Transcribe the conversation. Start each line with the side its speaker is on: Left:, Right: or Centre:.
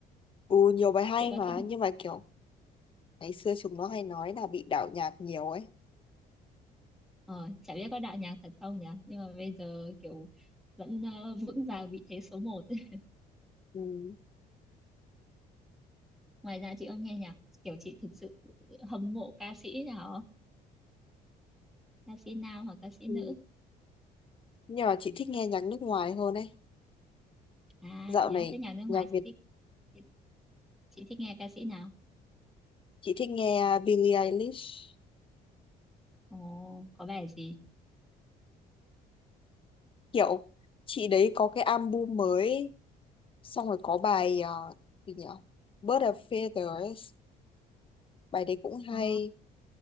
Left: ừ, nhiều bài hay
Centre: chị có
Left: mà
Centre: thích
Left: nhưng mà kiểu ngày xưa chúng nó hay nói là bị đạo nhạc nhiều ấy
Centre: ờ, chả biết có đạo nhạc thật không nhỉ nhưng mà bây giờ kiểu vẫn ờ, vững vàng vị thế số một <laughs>
Left: ừ.
Centre: ngoài ra chị có nghe nhạc kiểu chị thực sự hâm mộ ca sĩ nào không? ca sĩ nào hoặc ca sĩ
Left: Ừ.
Centre: nữ
Left: nhưng mà chị thích nghe nhạc nước ngoài hơn ấy
Centre: à
Left: dạo
Centre: thế
Left: này
Centre: á thế nhạc nước
Left: nhạc
Centre: ngoài
Left: Việt
Centre: chị thích chị, chị thích nghe ca sĩ nào
Left: chị thích nghe Billie Eilish
Centre: Ồ, có bài gì?
Left: kiểu chị đấy có cái album mới xong rồi có bài à, gì nhỉ Bird of Feathers bài đấy cũng hay
Centre: Ồ,